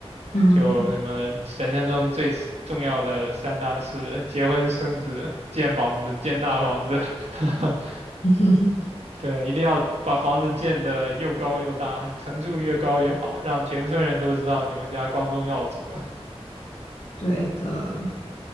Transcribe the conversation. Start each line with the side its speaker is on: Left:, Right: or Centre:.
Left: 嗯，
Right: 就什么人生中最重要的三大事：结婚、生子、建房子、建大房子。<laughs>
Left: <laughs>
Right: 对，一定要把房子建得又高又大，层数越高越好，让全村人都知道你们家光宗耀祖了。
Left: 对的。